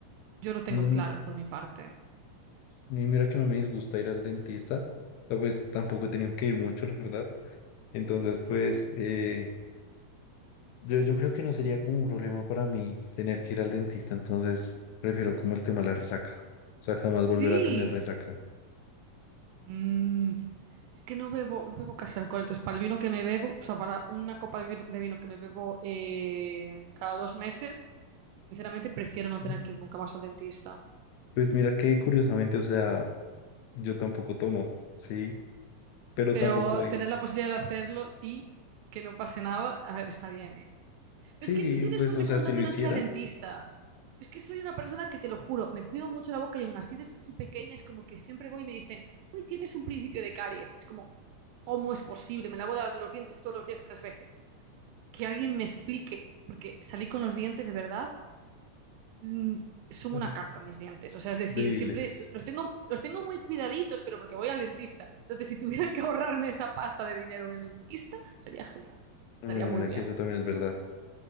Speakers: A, on the right; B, on the left.
A: yo lo tengo
B: No,
A: claro por mi parte.
B: Y mira que no me disgusta ir al dentista, o sea, pues tampoco he tenido que ir mucho, la verdad. Entonces, pues eh, yo, yo creo que no sería como un problema para mí tener que ir al dentista, entonces prefiero como el tema de la resaca, o sea, jamás
A: Sí.
B: volver a tener resaca.
A: Mm, Es que no bebo, no bebo casi alcohol. Entonces, para el vino que me bebo, o sea, para una copa de vino, de vino que me bebo eh, cada dos meses, sinceramente prefiero no
B: Ujú.
A: tener que ir nunca más al dentista.
B: Pues mira que curiosamente, o sea, yo tampoco tomo, ¿sí? Pero
A: Pero
B: tampoco,
A: tener la posibilidad de hacerlo y que no pase nada, a ver, está bien, ¿eh? Pero
B: Sí,
A: es que tú tienes
B: pues,
A: suerte
B: o sea,
A: con
B: si
A: no
B: lo
A: tener
B: hiciera,
A: que ir al dentista. Yo es que soy una persona que, te lo juro, me cuido mucho la boca y aún así desde que soy pequeña es como que siempre voy y me dicen, uy, tienes un principio de caries. Es como, ¿cómo es posible? Me lavo la- los dientes todos los días tres veces. Que alguien me explique, porque salí con los dientes de verdad mm, son
B: <laughs>
A: una caca mis dientes. O sea, es decir,
B: débiles.
A: siempre los tengo, los tengo muy cuidaditos, pero porque voy al dentista. Entonces, si tuviera que ahorrarme esa pasta de dinero en el dentista, sería genial. Estaría
B: Bueno,
A: muy
B: mira
A: bien.
B: que eso también es verdad,